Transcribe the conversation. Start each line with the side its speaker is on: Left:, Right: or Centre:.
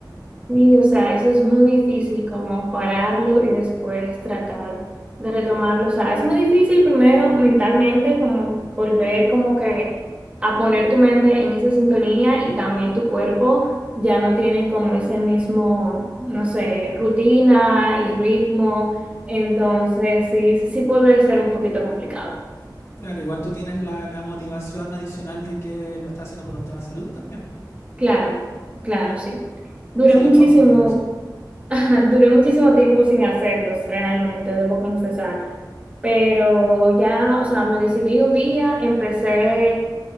Right: Sí, o sea, eso es muy difícil como pararlo y después tratar de retomarlo. O sea, es muy difícil primero mentalmente como volver como que a poner tu mente en esa sintonía y también tu cuerpo ya no tiene como ese mismo, no sé, rutina y ritmo. Entonces, sí, sí puede ser un poquito complicado.
Left: Claro, igual tú tienes la, la motivación adicional de que lo estás haciendo por un tema de salud también.
Right: Claro, claro, sí. Duré
Left: Sí,
Right: muchísimo,
Left: no, con mayor razón.
Right: <laughs> duré muchísimo tiempo sin hacerlos, realmente, debo confesar. Pero ya, o sea, me decidí un día, empecé,